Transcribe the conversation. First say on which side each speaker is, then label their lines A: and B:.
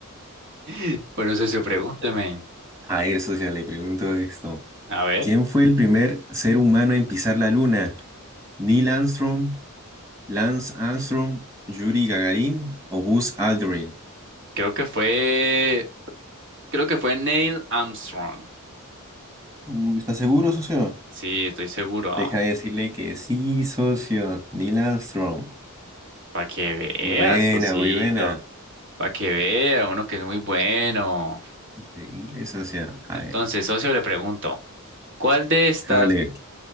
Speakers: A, on the right (about 60°); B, on the right (about 15°).
A: <laughs> Bueno, socio, pregúnteme.
B: A ver, socio, le pregunto esto.
A: A ver,
B: ¿Quién fue el primer ser humano en pisar la luna? ¿Neil Armstrong, Lance Armstrong, Yuri Gagarin o Buzz Aldrin?
A: creo que fue, creo que fue Neil Armstrong.
B: Uh, ¿estás seguro, socio?
A: Sí, estoy seguro.
B: Deja de decirle que sí, socio. Neil Armstrong.
A: Para que veas,
B: Muy buena,
A: Sosito.
B: muy buena.
A: Para que vea uno que es muy bueno.
B: Increíble, socio. A
A: Entonces,
B: ver,
A: socio, le pregunto, ¿cuál de estas,
B: hágale.